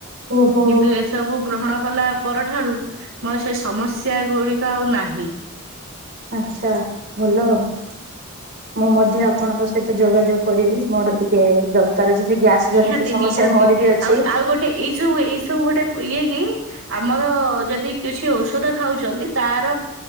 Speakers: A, on the right; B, on the right.
A: ଓହୋ
B: କିନ୍ତୁ ଏସବୁ ଗ୍ରହଣ କଲା ପରଠାରୁ ମୋର ସେ ସମସ୍ୟା ଗୁଡି ଆଉ ନାହିଁ।
A: ଆଚ୍ଛା ଭଲ ଆହୁ। ମୁଁ ମଧ୍ୟ ଆପଣଙ୍କ ସହିତ ଯୋଗାଯୋଗ କରିବି ମୋର ଟିକେ ଦର କାର ଯଦି ଗ୍ୟାସ
B: ନିହାତି
A: ଜନିତ ସମସ୍ୟା
B: ନିହାତି
A: ମୋର ବି ଅଛି।
B: ଆଉ ଆଉ ଗୋଟେ ଏଇ ସବୁ ଏଇ ସବୁ ଗୋଟେ ଇଏ କି ଆମର ଯଦି କିଛି ଔଷ ଔଷଧ ଖାଉଛନ୍ତି ତାର